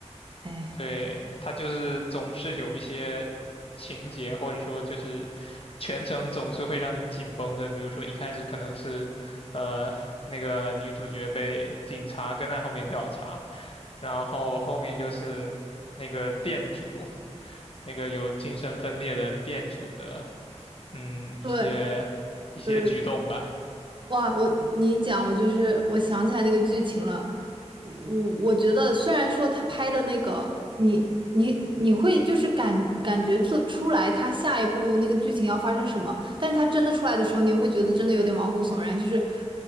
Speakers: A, on the right; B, on the left.
A: 哎，
B: 对，他就是总是有一些情节，或者说就是全程总是会让你紧绷着。比如说一开始可能是，呃，那个女主角被警察跟在后面调查，然后后面就是那个店主，那个有精神分裂的店主的，嗯，
A: 对
B: 一些一些举动吧。
A: 对哇，我你一讲，我就是我想起来那个剧情了。我我觉得，虽然说他拍的那个，你你你会就是感感觉做出来他下一步那个剧情要发生什么，但是他真的出来的时候，你也会觉得真的有点毛骨悚然。就是